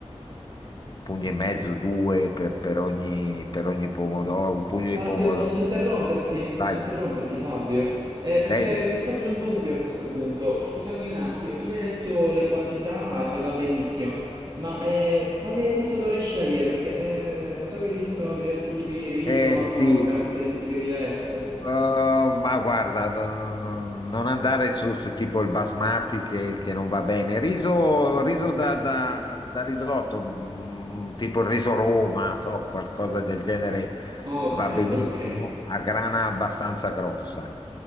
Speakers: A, on the left; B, on the right.
A: un pugno
B: Ok.
A: e mezzo, due per, per ogni, per ogni pomodoro, un pugno
B: Fabio,
A: di pomodoro.
B: posso interromperti?
A: Vai,
B: Posso interromperti, Fabio? Eh,
A: devi.
B: perché mi sorge un dubbio a questo punto. Scusami un attimo, tu mi hai detto le quantità e va benissimo, ma eh, quale riso dovrei scegliere? Perché eh, so che esistono diversi tipi di riso,
A: Eh,
B: hanno
A: sì,
B: caratteristiche diverse.
A: Uh, ma guarda, da- non non andare su, su tipo il basmati che, che non va bene. Riso,
B: Ok,
A: riso da, da- da risotto, mm, tipo il riso Roma, to, qualcosa del genere
B: ok,
A: va benissimo,
B: ok,
A: a grana abbastanza grossa.